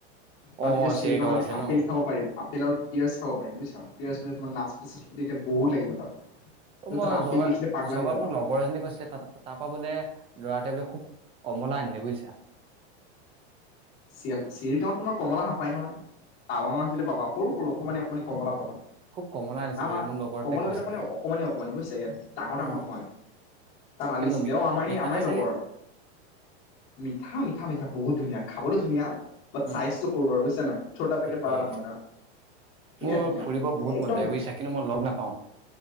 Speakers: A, on the left; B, on the right.
A: তাত
B: অ
A: এতিয়া চিৰিকন
B: চেৰগাঁও
A: আমি
B: আছে
A: আপেল
B: ন
A: খাব পাৰিম আপেল আৰু পিয়াঁজ খাব পাৰিব বুজিছা পিয়াজ জানে তোমাৰ নাচপতি নাচপতি এতিয়া বহুত লাগিব তাত
B: অ মই
A: তাত আপেল
B: যোৱাবাৰ
A: দেখিলে পাগলা
B: যোৱাবাৰ
A: হৈ যাবা
B: মোক লগৰ এজনীয়ে কৈছিলে ত তাৰপৰা বোলে লৰাটোৱ বোলে খুব কমলা আনিলে বুজিছা
A: চ চিৰিগাঁৱত তোমাৰ কমলা নাপায় নহয় টাৱাঙত আহিলে পাবা সৰু সৰু অকণমানি অকণমানি কমলা পাবা
B: খুব কমলা আনিছে
A: আমাৰ
B: বোলে মোৰ লগৰ
A: কমলাবিলাক
B: এটাই কৈছিলে
A: মানে অকমানে অকমানে বুজিছা ইয়াত ডাঙৰ
B: উম
A: ডাঙৰ নহয় তাত আনিছিলে
B: কেনেকুৱা মি
A: অ আমাৰ
B: মিঠা
A: আমাৰ
B: নে চাগে
A: লগৰ মিঠা মিঠা মিঠা বহুত ধুনীয়া খাবলৈ ধুনীয়া বাট
B: উম
A: চাইজটো সৰু ব আৰু বুজিছা নাই চটা পেকেট
B: এ
A: বা ধমকা ধুনীয়া
B: মোৰ
A: ধুনীয়া
B: ফুৰিব বহুত
A: একদম
B: মন যায় বুজিছা কিন্তু মই লগ নাপাওঁ